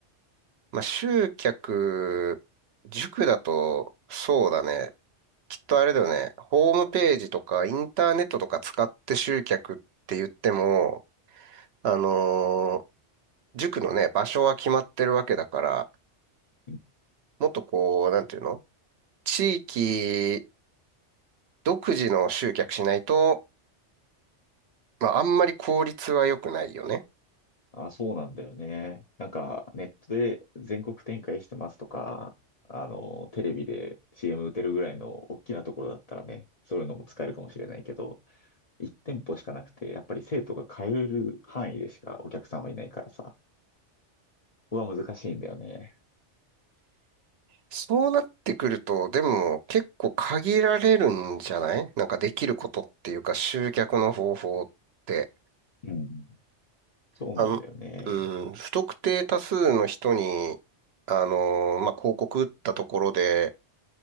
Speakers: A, on the right; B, on the left.
A: まあ、集客、塾だと、そうだね。きっとあれだよね。ホームページとかインターネットとか使って集客って言っても、あのー塾のね、場所は決まってるわけだから、
B: う。うん
A: もっとこう、なんていうの地域独自の集客しないと、まあ、あんまり効率は良くないよね。
B: あ、そうなんだよね。なんかネットで全国展開してますとか、あの、テレビで CM 打てるぐらいの大きなところだったらね、そういうのも使えるかもしれないけど、1店舗しかなくて、やっぱり生徒が通える範囲でしかお客さんはいないからさ、ここは難しいんだよね。
A: そうなってくると、でも結構限られるんじゃないなんかできることっていうか集客の方法って。
B: うん。そうなんだよね。
A: あの、うん、不特定多数の人に、あのーまあ、広告打ったところでっ